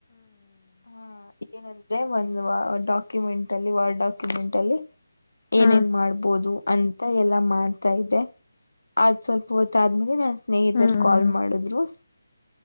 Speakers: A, on the left; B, on the left.
A: ಹಾ ಏನಂದ್ರೆ ಒಂದು್ ಡಾಕ್ಯುಮೆಂಟ್ ಅಲ್ಲಿ ವಾರ್ಡ್ ಡಾಕ್ಯುಮೆಂಟ್ ಅಲ್ಲಿ
B: ಹ್ಮ್
A: ಏನೇನ್
B: ಹ್ಮ್
A: ಮಾಡ್ಬೋದು ಅಂತ ಎಲ್ಲ ಮಾಡ್ತಾ ಇೆ ಅದು್ ಸ್ವಲ್ಪ ಹೊತ್ತಾದ್ಮೇಲೆ ನಾ ಸ್ನೇಹಿತರ್
B: ಹ್ಮ್
A: ಕಾಲ್ ಮಾಡಿದ್ರು